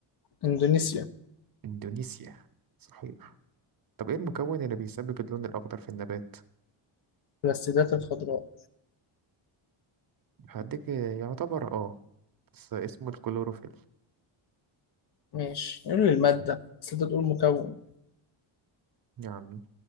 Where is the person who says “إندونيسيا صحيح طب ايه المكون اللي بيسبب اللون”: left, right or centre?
Right